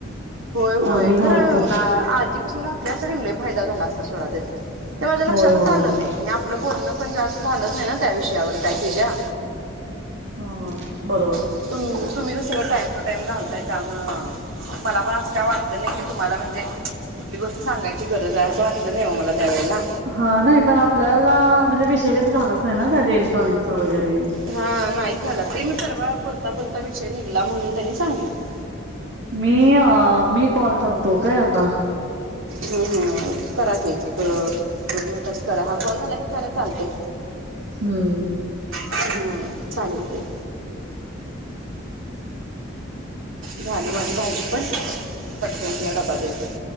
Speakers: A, on the right (about 80°); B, on the right (about 55°).
A: होय होय
B: आणि घालतो
A: खरं आधीपासून घातल्या असत्या कणी लय फायदा झाला असता, सोडा त्याचा ते माझ्या लक्षातच
B: होय होय
A: आलं
B: होय
A: नाही. आपलं बोलणं पण जास्त झालंच नाही, ना त्या विषयावर काय तीज्या?
B: हा बरोबर
A: तु तुम्ही कसं सगळं टाइम टू टाइम घालताय त्यामुळ मला पण असं काय वाटलं? नाही की तुम्हाला म्हणजे कुठली गोष्ट सांगायची गरज हाय, असं वाटलं नाही ओ मला त्यावेळेला
B: हा नाही पण आपल्याला म्हणजे विषय कधी झालाच नाही ना, त्या डेन टॉनिक चा वगैरे
A: हा नाही झालं, ते मी परवा बोलता बोलता विषय निघला म्हणून त्यांनी सांगितलं
B: मी अ मी कॉल करतो काय आता?
A: हू हू करा की, एक दोन मिनिटात करा, हा कॉल झाला की करा चालतय.
B: हम्म.
A: हम्म चालेल की, झाली माझी भाजी पण पटकन तिला डबा देते.